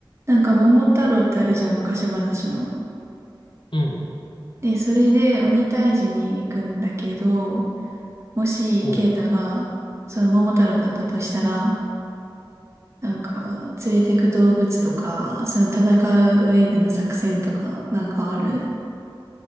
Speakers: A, on the right (about 35°); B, on the left (about 70°).
A: なんか桃太郎ってあるじゃん、昔話の。
B: うん、
A: で、それで鬼退治に行くんだけど、もし、
B: うん。
A: ケイタが、その桃太郎だったとしたら、なんか、連れてく動物とか、その戦う上での作戦とか、なんかある